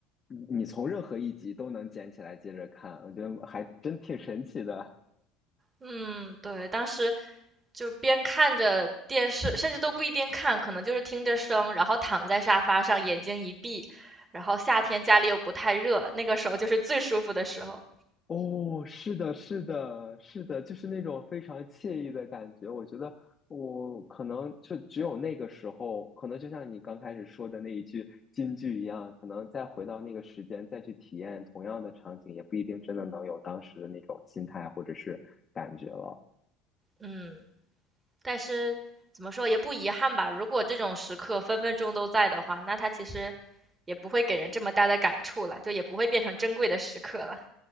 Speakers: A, on the left; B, on the right.
A: 你你从任何一集都能捡起来接着看，我觉得还真挺神奇的。
B: 嗯，对，当时就边看着电视，甚至都不一定看，可能就是听着声，然后躺在沙发上，眼睛一闭。然后夏天家里又不太热，那个时候就是最舒服的时候。
A: 哦，是的，是的，是的，就是那种非常惬意的感觉。我觉得我可能就只有那个时候，可能就像你刚开始说的那一句金句一样，可能再回到那个时间再去体验同样的场景，也不一定真的能有当时的那种心态或者是感觉了。
B: 嗯，但是怎么说也不遗憾吧。如果这种时刻分分钟都在的话，那它其实也不会给人这么大的感触了，就也不会变成珍贵的时刻了。